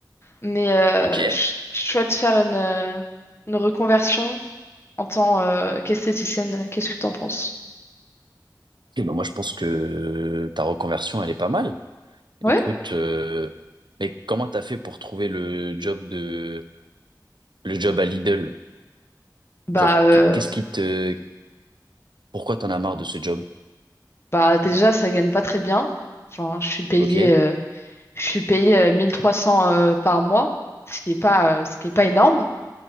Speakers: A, on the left; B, on the right.
A: Mais euh,
B: Ok.
A: je je souhaite faire une, euh, une reconversion en tant euh, qu'esthéticienne. Qu'est-ce que t'en penses?
B: Eh ben moi je pense que ta reconversion elle est pas mal.
A: Ouais.
B: Écoute, euh, mais comment t'as fait pour trouver le job de le job à Lidl?
A: Bah,
B: Genre,
A: euh,
B: qu- qu'est-ce qui te, pourquoi t'en as marre de ce job?
A: bah déjà, ça gagne pas très bien. Enfin, je suis payée,
B: Ok,
A: euh, je suis payée euh, 1300 euh, par mois, ce qui est pas, euh, ce qui est pas énorme.